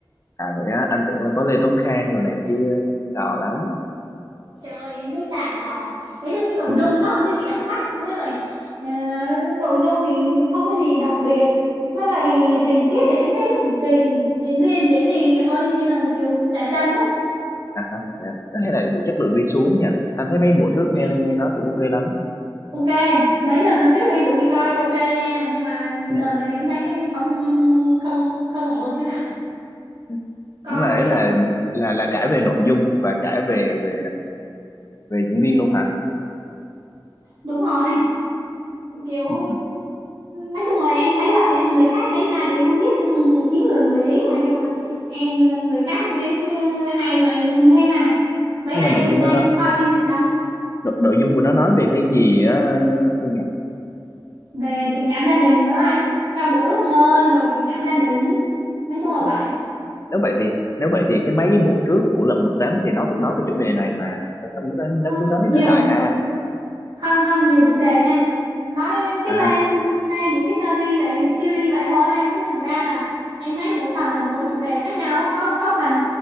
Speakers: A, on the left; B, on the right.
A: à vậy á anh tưởng là có Lê Tuấn Khang rồi này kia sợ lắm
B: Trời ơi, em thấy xàm òm. Đấy là cái nội
A: ừ.
B: dung nó không có gì đặc sắc với lại ờ, nội dung thì không có gì đặc biệt. Với lại tình tiết thì em thấy nó kỳ kỳ, diễn viên diễn thì hơi, hơi kiểu dạ chân á.
A: à hả vậy á. Thế hay là bị chất lượng đi xuống nhỉ anh thấy mấy bộ trước nghe
B: Ừ.
A: nghe nói cũng ok lắm
B: Ok, mấy lần lần trước em cũng đi coi ok nha, nhưng mà
A: ừ.
B: đợt này em thấy không không không ổn xíu nào.
A: ừ.
B: Coi
A: nhưng mà ấy
B: về
A: là là là cả về nội dung và cả về về về diễn viên luôn hả
B: đúng rồi. kiểu
A: ừ.
B: nói chung là em thấy vậy á, người khác thấy sao thì em không biết nói chung chín người mười ý mà nhưng mà em người khác thấy hay nhưng mà em không thấy hay mấy
A: nhưng
B: nay
A: mà nội
B: em
A: dung
B: anh
A: đó
B: có coi phim gì không
A: nội, nội dung của nó nói về cái gì á Thương nhỉ
B: về tình cảm gia đình nữa đó anh theo đuổi ước mơ rồi tình cảm gia đình nói chung là
A: của
B: vậy
A: nếu vậy thì nếu vậy thì cái mấy cái bộ trước của Lật Mặt Tám thì nó cũng nói về chủ đề này mà nó cũng nói- nó
B: không
A: cứ nói đi
B: nhiều
A: nói lại ha
B: không không nhiều chủ đề nha nói cái
A: à
B: tên cái tên của cái series vậy series vậy thôi anh chứ thực ra là em thấy mỗi phần là mỗi chủ đề khác nhau á. có có phần